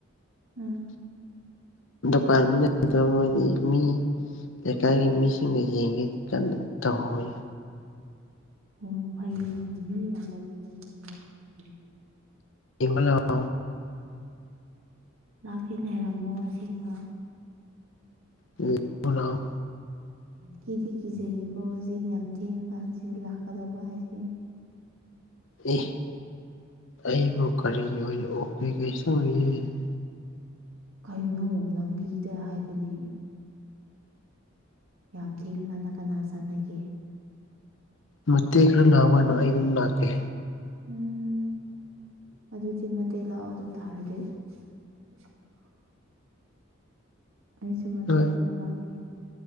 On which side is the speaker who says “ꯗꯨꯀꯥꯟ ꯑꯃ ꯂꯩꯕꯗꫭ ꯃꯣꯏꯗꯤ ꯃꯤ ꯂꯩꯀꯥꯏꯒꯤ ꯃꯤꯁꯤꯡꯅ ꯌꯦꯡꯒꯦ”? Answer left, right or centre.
Left